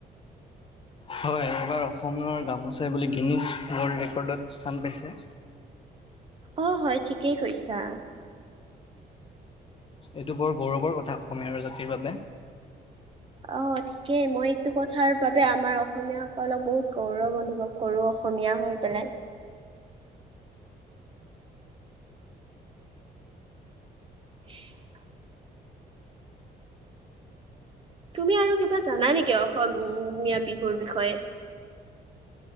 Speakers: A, on the left; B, on the right.
A: হয় এইবাৰ অসমৰ গামোচা বোলে গিনিছ ৱৰ্ল্ড ৰেকৰ্ডত স্থান পাইছে।
B: অ হয় ঠিকেই কৈছা।
A: এইটো বৰ গৌৰৱৰ কথা অসমীয়াৰ জাতিৰ বাবে।
B: অ ঠিকেই মই এইটো কথাৰ বাবে আমাৰ অসমীয়াসকলক বহুত গৌৰৱ অনুভৱ কৰো অসমীয়া হৈ পেলাই। <inaudible> তুমি আৰু কিবা জানা নেকি অসমীয়া বিহুৰ বিষয়ে?